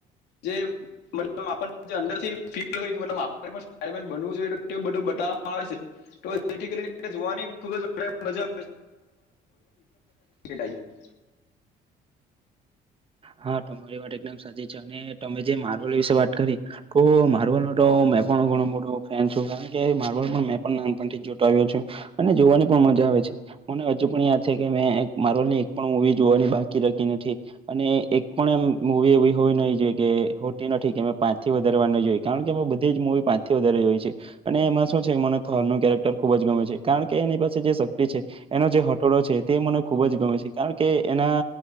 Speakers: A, on the left; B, on the right.
A: <unintelligible> જે મતલબ આપને જે અંદર થી ફીલ હોય આપડે પણ સ્પાઇડરમેન બનવું જોઈએ તેવું બધું બતાવામા આવે છે જેથી કરીને તેને જોવાની ખૂબ જ વધારે મજા <unintelligible>
B: હા તમારી વાત એકદમ સાચી છે અને તમે જે મારવલ વિશે વાત કરી તો મારવલ નો તો મેં પણ ઘણું મોટો ફેન છું કારણ કે માર્બલ મેં પણ નાનપણ થી જોતો આવ્યો છું અને જોવાની પણ મજા હોય મને હજુ પણ યાદ છે કે મે માર્વેલની એક પણ મૂવી જોવાની બાકી રાખી નથી અને એક પણ એમ મુવી એવી હોય નહી જોઈએ કે હોતી નથી કે મે પાંચથી વધારે વાર નઈ જોઈ કારણ કે અમે બધી જ મૂ વી પાંચથી વધારેય છે અને એમાં શું છે મને થોર ન કેરેક્ટર ખુબ જ ગમે છે કારણ કે એની પાસે જે શક્તિ છે એનો જે હટોડો છે તે મને ખુબ જ ગમે છે કારણ કે એના